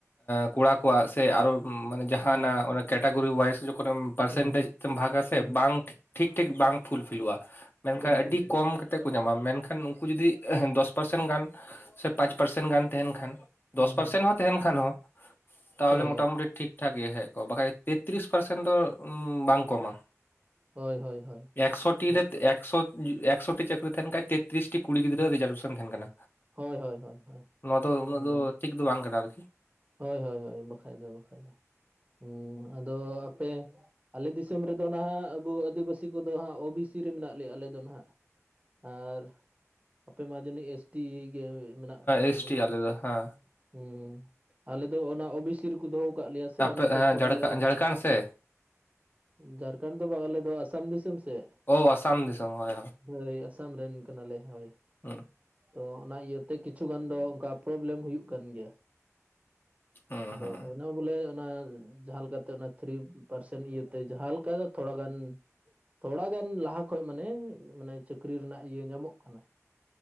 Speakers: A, on the left (about 40°); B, on the right (about 25°).
A: ᱠᱚᱲᱟ ᱥᱮ ᱟᱨᱚ ᱢᱟᱱᱮ ᱡᱟᱦᱟᱱᱟᱜ
B: ᱦᱩᱸ
A: ᱚᱱᱟ ᱠᱮᱴᱟᱜᱚᱨᱤ ᱣᱟᱭ ᱠᱳᱚᱱᱮᱢ ᱯᱟᱨᱥᱮᱱᱴᱮᱡᱽ
B: ᱦᱩᱸ
A: ᱛᱮᱢ ᱵᱷᱟᱜᱼᱟ ᱥᱮ
B: ᱦᱩᱸ
A: ᱵᱟᱝ ᱴᱷᱤᱠ ᱴᱷᱤᱠ ᱵᱟᱝ ᱯᱷᱩᱞ ᱯᱷᱤᱤᱞᱚᱜᱼᱟ ᱢᱮᱱᱠᱷᱟᱱ
B: ᱵᱟᱝ
A: ᱟᱹᱰᱤ
B: ᱯᱷᱩᱞᱯᱷᱤᱞᱚᱜ
A: ᱠᱚᱢ ᱠᱟᱛᱮ ᱠᱚ ᱧᱟᱢᱟ ᱢᱮᱱᱠᱷᱟᱱ ᱩᱱᱠᱩ ᱡᱩᱫᱤ ᱫᱚᱥ ᱯᱟᱨᱥᱮᱱ ᱜᱟᱱ ᱥᱮ ᱯᱟᱸᱪ ᱯᱟᱨᱥᱮᱱ ᱜᱟᱱ ᱛᱟᱦᱮᱱ ᱠᱷᱟᱱ ᱫᱚᱥ
B: ᱦᱩᱸ
A: ᱯᱟᱨᱥᱮᱱ
B: ᱦᱩᱸ
A: ᱦᱚᱸ ᱛᱟᱦᱮᱱ ᱠᱷᱟᱱ ᱦᱚᱸ ᱛᱟᱦᱚᱞᱮ
B: ᱦᱳᱭ
A: ᱢᱚᱴᱟᱢᱩᱴᱤ
B: ᱦᱳᱭ
A: ᱴᱷᱤᱠ ᱴᱷᱟᱠ ᱜᱮ ᱦᱮᱡ ᱠᱚᱜᱼᱟ ᱵᱟᱠᱷᱟᱱ ᱛᱮᱛᱨᱤᱥ ᱯᱟᱨᱥᱮᱱ ᱫᱚ ᱵᱟᱝ ᱠᱚ ᱮᱢᱟ
B: ᱦᱳᱭ ᱦᱳᱭ ᱦᱳᱭ
A: ᱮᱠᱥᱚ ᱴᱤ
B: ᱵᱟᱠᱷᱟᱡ
A: ᱨᱮ ᱮᱠᱥᱚ ᱮᱠᱥᱚᱴᱤ ᱪᱟᱹᱠᱨᱤ ᱛᱟᱦᱮᱱ ᱠᱷᱟᱡ ᱛᱮᱛᱨᱤᱥᱴᱤ ᱠᱩᱲᱤ ᱜᱤᱫᱽᱨᱟᱹ ᱨᱤᱡᱟᱨᱵᱷᱮᱥᱚᱱ ᱛᱟᱦᱮᱱ ᱠᱟᱱᱟ
B: ᱦᱳᱭ ᱦᱳᱭ ᱦᱳᱭ ᱦᱳᱭ
A: ᱱᱚᱣᱟ ᱫᱚ ᱩᱱᱟᱹᱜ
B: ᱦᱩᱸ
A: ᱫᱚ ᱴᱷᱤᱠ ᱫᱚ ᱵᱟᱝ ᱠᱟᱱᱟ ᱟᱨᱠᱤ
B: ᱦᱳᱭ ᱦᱳᱭ ᱦᱳᱭ ᱵᱟᱠᱷᱟᱭ ᱫᱚ ᱵᱟᱠᱷᱟᱭ ᱫᱚ ᱦᱮ ᱟᱫᱚ ᱟᱯᱮ ᱟᱞᱮ ᱫᱤᱥᱚᱢ ᱨᱮᱫᱚ ᱱᱟᱦᱜ ᱟᱵᱚ ᱟᱹᱫᱤᱵᱟᱹᱥᱤ ᱠᱚᱫᱚ ᱦᱟᱸᱜ ᱳᱵᱤᱥ ᱚᱵᱤᱰᱤ ᱨᱮ ᱢᱮᱱᱟᱜ ᱞᱮᱭᱟ ᱟᱞᱮᱫᱚ ᱱᱟᱦᱟᱜ ᱟᱨ ᱟᱯᱮ ᱢᱟ ᱡᱟᱹᱱᱤᱡ ᱮᱥ ᱴᱤ ᱜᱮ ᱢᱮᱱᱟᱜ ᱯᱮ
A: ᱮᱥᱴᱤ
B: ᱛᱟᱵᱚᱱᱟ
A: ᱟᱞᱮ ᱫᱚ ᱦᱮᱸ
B: ᱦᱮᱸ ᱚᱱᱟ ᱚ ᱵᱤ ᱥᱤ ᱨᱮᱠᱚ ᱫᱚᱦᱚ ᱟᱠᱟᱫ ᱞᱮᱭᱟ ᱥᱮ
A: ᱟᱯᱮ
B: ᱚᱱᱟᱛᱮ
A: ᱦᱮᱸ
B: ᱛᱷᱚᱲᱟ
A: ᱡᱷᱟᱲᱠᱷᱚᱸᱰ
B: ᱞᱮ
A: ᱡᱷᱟᱲᱠᱷᱚᱸᱰ ᱥᱮ
B: ᱡᱷᱟᱲᱠᱷᱚᱸᱰ ᱫᱚ ᱵᱟᱝ ᱟᱞᱮ ᱫᱚ ᱟᱥᱟᱢ ᱫᱤᱥᱚᱢ ᱥᱮᱫ
A: ᱚ ᱟᱥᱟᱢ ᱫᱤᱥᱚᱢ ᱦᱳᱭ
B: ᱦᱳᱭ ᱟᱥᱟᱢ ᱨᱮᱱ ᱠᱟᱱᱟᱞᱮ ᱦᱳᱭ
A: ᱦᱮᱸ
B: ᱛᱚ ᱚᱱᱟ ᱤᱭᱟᱹᱛᱮ ᱠᱤᱪᱷᱩ ᱜᱟᱱ ᱫᱚ ᱚᱱᱠᱟ ᱯᱨᱚᱵᱞᱮᱢ ᱦᱩᱭᱩᱜ ᱠᱟᱱ ᱜᱮᱭᱟ
A: ᱦᱩᱸ
B: ᱟᱫᱚ
A: ᱦᱩᱸ
B: ᱮᱱᱟ ᱵᱚᱞᱮ ᱚᱱᱟ ᱡᱟᱦᱟᱸ ᱞᱮᱠᱟᱛᱮ ᱚᱱᱟ ᱛᱷᱨᱤ ᱯᱟᱨᱥᱮᱱ ᱤᱭᱟᱹᱛᱮ ᱡᱟᱦᱟᱸ ᱞᱮᱠᱟ ᱛᱷᱚᱲ ᱜᱟᱱ ᱛᱷᱚᱲᱟᱟᱜᱟᱱ ᱞᱟᱦᱟ ᱠᱷᱚᱡ ᱢᱟᱱᱮ ᱢᱟᱱᱮ ᱪᱟᱹᱠᱨᱤ ᱨᱮᱱᱟᱜ ᱤᱭᱟᱹ ᱧᱟᱢᱚᱜ ᱠᱟᱱᱟ